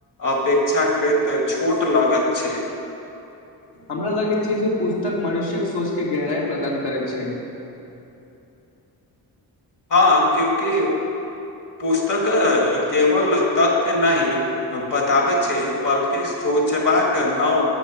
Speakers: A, on the left (about 45°); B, on the left (about 65°).
A: अपेक्षाकृत छोट लगैत छै।
B: हमरा लागै छै जे पुस्तक मनुष्यक सोचके गहराई प्रदान करैत छै।
A: हां क्यूंकि पुस्तक केवल तथ्य नहि बताबै छै बल्कि सोचबाक नव